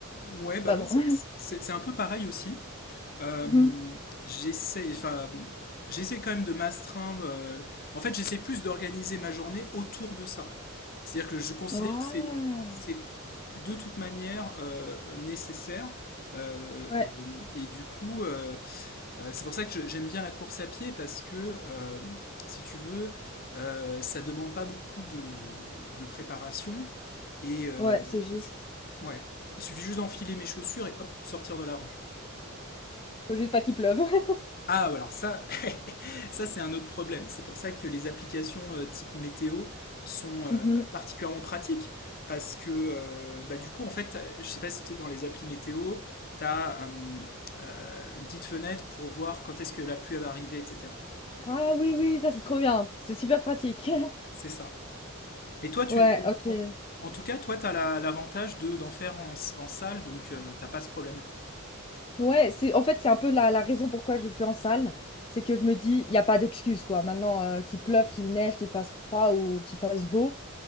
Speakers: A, on the left; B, on the left.
A: ouais, bah
B: pardon.
A: moi c'est
B: <laughs>
A: c'est- c'est un peu pareil aussi. Euh,
B: Mhm.
A: j'essaie, enfin, j'essaie quand même de m'astreindre. euh, en fait, j'essaie plus d'organiser ma journée autour de ça. C'est-à-dire que je considère
B: Ouais.
A: que c'est c'est de toute manière euh, nécessaire. Euh,
B: Ouais.
A: et du coup, euh, Euh, c'est pour ça que j'aime bien la course à pied parce que, euh, si tu veux, euh, ça demande pas beaucoup de, de préparation et euh,
B: Ouais, c'est juste.
A: il su- ouais, il suffit juste d'enfiler mes chaussures et hop, sortir de la rue.
B: Faut juste pas qu'il pleuve. <laughs>
A: Ah, ouais, alors ça, <laughs> ça c'est un autre problème. C'est pour ça que les applications euh, type météo sont euh,
B: Mhm.
A: particulièrement pratiques parce que euh, bah, du coup, en fait, euh, je sais pas si tu es dans les applis météo, tu as une petite fenêtre pour voir quand est-ce que la pluie elle va arriver, etc. Donc,
B: Ah
A: euh,
B: oui, oui, ça c'est trop bien. C'est super pratique. <laughs>
A: C'est ça. Mais toi, tu,
B: Ouais, ok.
A: en, en tout cas, toi, t'as la- l'avantage de d'en faire en, s- en salle, donc euh, t'as pas ce problème-là.
B: Ouais, c'est en fait c'est un peu la, la raison pourquoi je le fais en salle. C'est que je me dis, il n'y a pas d'excuse quoi. Maintenant, euh, qu'il pleuve, qu'il neige, qu'il fasse froid ou qu'il fasse beau,